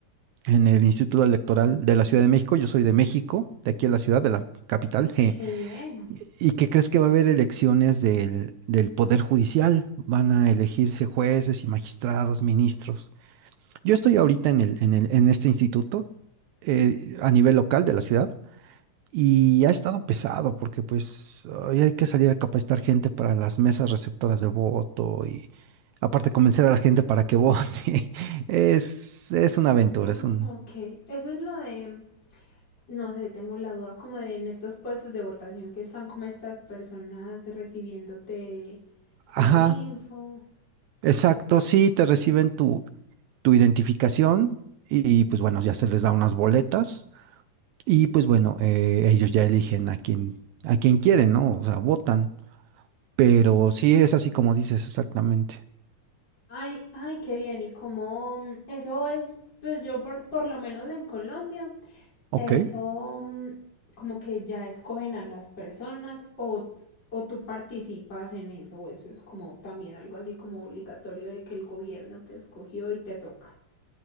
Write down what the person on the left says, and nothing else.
Qué
bien.
Ah,
ok. Eso es lo de, no sé, tengo la duda como de en estos puestos de votación que están como estas personas recibiéndote la
info.
Ay, ay, qué bien. Y como eso es, pues yo por, por lo menos en Colombia
Eso
mm, como que ya escogen a las personas o, o tú participas en eso, o eso es como también algo así como obligatorio de que el gobierno te escogió y te toca.